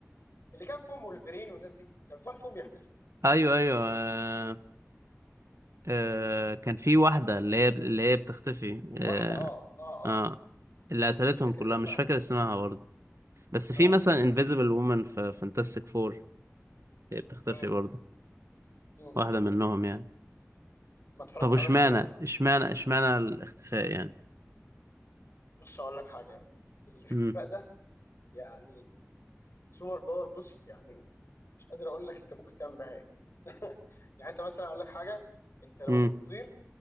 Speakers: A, on the left (about 55°); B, on the right (about 70°).
A: اللي كان فيهم وولفرين والناس دي كان في واحد فيهم بيختفي
B: ايوه ايوه آه. آه. كان في واحدة اللي هي اللي هي بتختفي اه,
A: واحده اه اه
B: آه.
A: اه
B: اللي قتلتهم
A: مش فاكر
B: كلها
A: اسمها
B: مش فاكر اسمها برضه بس في
A: اه
B: مثلا انفيزبل وومن في فانتاستيك فور هي بتختفي
A: امم
B: برضه
A: امم
B: واحدة منهم يعني
A: ما اتفرجتش
B: طب اشمعنى
A: عليهم بصراحه
B: اشمعنى اشمعنى الاختفاء يعني
A: بص اقول لك حاجه الاختفاء
B: امم
A: ده يعني سوبر باور بص يعني مش قادر اقول لك انت ممكن تعمل بيها ايه <laughs> يعني انت مثلا اقول لك حاجه انت لو
B: امم
A: بتطير